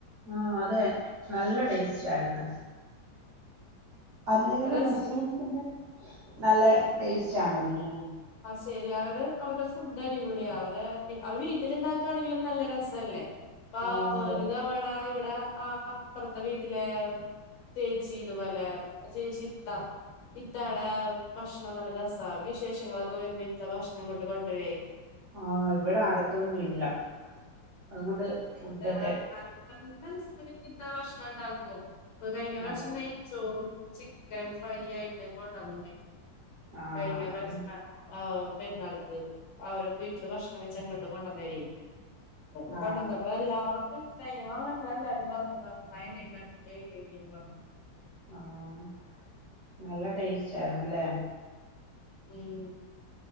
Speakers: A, on the right; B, on the left.
A: ആഹ് അതെ നല്ല ടേസ്റ്റാര്ന്ന് അല്ലേലും
B: പിന്നെ റെസ്റ്റ്
A: മുസ്ലിംസിന്റെ നല്ല ടേസ്റ്റാണല്ലോ ബിരിയാണി
B: ശെരിയാ അവര് അവര്ടെ ഫുഡ് അടിപൊളിയാ അവര് പി അവര് വീട്ടില്ണ്ടാക്കാണെങ്കിലും നല്ല രസല്ലേ പ്പ
A: ആ അതെ
B: ഒരു തവണ ഇവിടെ ആഹ് അപ്പറത്തെ വീട്ടിലെ ചേച്ചി ഇതുപോലെ ചേച്ചി ഇത്ത ഇത്താടെ ഭക്ഷണം നല്ല രസാ വിശേഷങ്ങളൊക്കെ വരിമ്പ ഇത്ത ഭക്ഷണം ഇങ്ങോട്ട് കൊണ്ടരെ
A: ആഹ് ഇവടെ അടുത്തൊന്നു ഇല്ല അതുംങ്ങൊണ്ട് ഫുഡൊക്കെ
B: ഇത്ത നല്ല നല്ല രസായി ഇത്ത ഭക്ഷണം ഉണ്ടാക്കും ഇപ്പ കഴിഞ്ഞ പ്രാശ്യം
A: ആ
B: നെയ് ചോറും ചിക്കൻ ഫ്രൈയായിട്ട് കൊണ്ടോന്നോണ്ടായി
A: ആ
B: കഴിഞ്ഞ പ്രാശ്യ
A: അതും
B: ആഹ് പെരുന്നാള്ക്ക് അവരെ വീട്ടില് ഭക്ഷണം വെച്ച്ങ്ങോട്ട് കൊണ്ടന്നരേ ഒക്കോ
A: ആ
B: കൊണ്ടന്നപ്പ എല്ലാർ <unintelligible> ഇഷ്ടായി ആഹ് ഞങ്ങളെല്ലാരും പറഞ്ഞു നന്നായിണ്ടേ <unintelligible>
A: ആഹ് നല്ല ടേസ്റ്റായിര്ന്നല്ലേ
B: ഉം